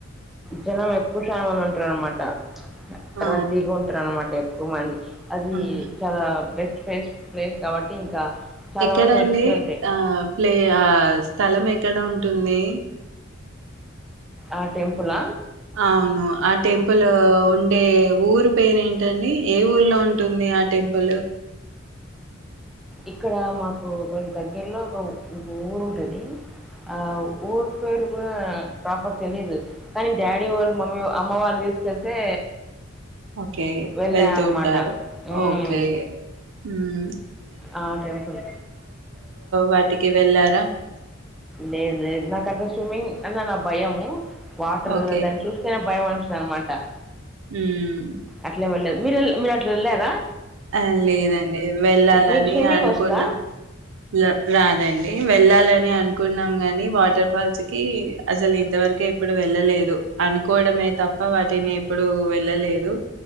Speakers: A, in the centre; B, on the right.
A: జనం ఎక్కువ శాతం మంది ఉంటారు అనమాట.
B: ఆ
A: రద్దీగా ఉం అనమాట ఎక్కువ మంది. అది
B: అవునా
A: చాలా బెస్ట్. ప్లేస్ ప్లేస్ కాబట్టి ఇంకా. చాలా
B: ఎక్కడండి
A: మంది వచ్చుండే.
B: ఆ ప్లే ఆ స్థలం ఎక్కడ ఉం పట్టునై
A: ఆ టెంపులా
B: ఆహ్ అవును ఆ టెంపుల్ ఉండే ఊరు పేరు ఏంటి. అండి ఏ ఊరు. లో ఉంటుంది ఆ టెంపుల్.
A: ఇక్కడ మాకు కొన్ని దగ్గర్లో ఒక ఊరు ఉంటది. ఆ ఊరు పేరు కూడా ప్రాపర్ తెలిదు కానీ డాడీ వాళ్ళు మమ్మీ అమ్మ వాళ్ళు తీసుకెళ్తే.
B: ఓకే
A: వెళ్ళా
B: వెళ్తూ
A: అనమాట.
B: ఉంటారు
A: హ్మ్.
B: ఓకే ఉమ్
A: ఆ టెంపుల్
B: వాటికి వెళ్లారా?
A: లేదు లేదు నాకట్లా స్విమ్మింగ్ అన్ననా భయము. Water
B: okay.
A: దాన్ని చూస్తేనే భయం అనిపిస్తుంది అనమాట
B: హ్మ్.
A: అట్లేం వెళ్లాలేదు. మీరల్ మీరు అట్లా వెళ్లారా.
B: ఆ లేదండి వెళ్ళాలి.
A: మీకు
B: అని
A: స్విమ్మింగ్
B: అనుకున్న
A: వస్తుందా
B: లా రాదండి వెళ్లాలని. అనుకున్నాం గాని వాటర్ ఫాల్స్ కి అసలు ఇంతవరకు ఎప్పుడు వెళ్ళలేదు. అనుకోవడమే తప్ప వాటిని ఎప్పుడు వెళ్ళలేదు.